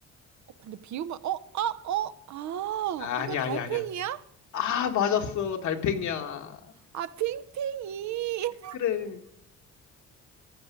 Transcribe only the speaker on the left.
아니
아니 아니야. 아니야. 아 맞았어 달팽이야.
그래.